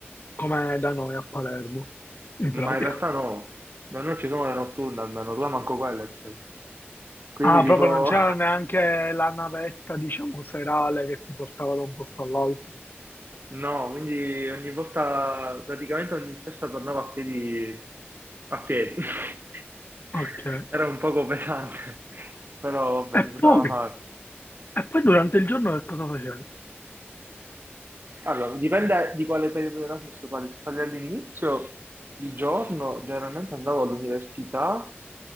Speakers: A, on the left (about 50°); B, on the right (about 55°).
A: come da noi a Palermo, in pratica.
B: ma in realtà no, da noi ci sono le notturne almeno, là manco quella c'è. Quindi
A: Ah, proprio
B: tipo,
A: non c'era
B: <laughs>
A: neanche la navetta, diciamo, serale che ti portava da un posto all'altro.
B: no, quindi ogni volta, praticamente ogni festa tornavo a piedi, a piedi. <laughs>
A: Ok.
B: Era un poco pesante, <laughs> però vabbè,
A: E
B: si poteva
A: poi,
B: fare.
A: e poi durante il giorno che cosa facevi?
B: Allora, dipende di quale periodo di Erasmus parli. Se parli all'inizio, di giorno, generalmente andavo all'università